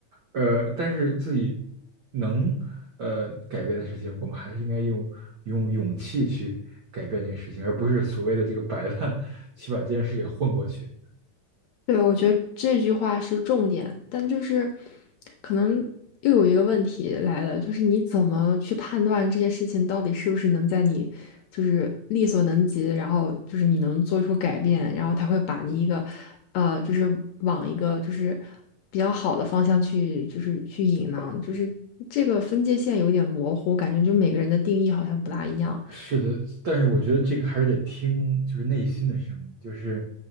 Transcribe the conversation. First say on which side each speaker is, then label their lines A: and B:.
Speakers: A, on the right; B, on the left.
A: 呃，但是自己能呃改变的事情，我们还是应该用用勇气去改变这个事情，而不是所谓的这个摆烂 <laughs> 去把这件事给混过去。
B: 对，我觉得这句话是重点，但就是可能又有一个问题来了，就是你怎么去判断这件事情到底是不是能在你就是力所能及，然后就是你能做出改变，然后他会把你一个呃，就是往一个就是比较好的方向去，就是去引呢，就是这个分界线有点模糊，感觉就每个人的定义好像不大一样。
A: 是的，但是我觉得这个还是得听，就是内心的声音，就是